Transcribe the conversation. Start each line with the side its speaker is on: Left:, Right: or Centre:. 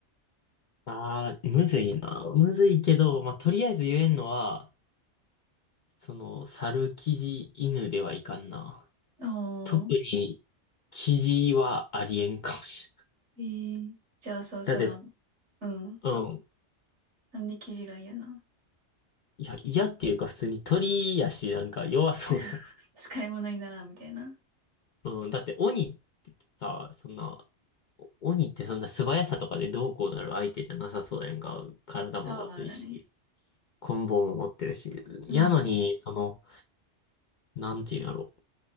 Left: ああ、むずいな。むずいけど、まあ、とりあえず言えんのは、その、猿、キジ、犬ではいかんな。
Right: おー、
Left: 特に、キジはありえんかもしれん。
Right: えー、じゃあそう、その、
Left: だって、
Right: うん。
Left: うん。
Right: なんで生地が嫌な
Left: いや、嫌っていうか普通に鳥やし、なんか弱そうや。
Right: <laughs> 使い物にならんみたいな。
Left: うん。だって鬼ってさ、そんな、鬼ってそんな素早さとかでどうこうなる相手じゃなさそうやんか。体もごついし、
Right: パワーがね。
Left: 棍棒も持ってるし。
Right: うん。
Left: やのに、その、なんていうんやろ。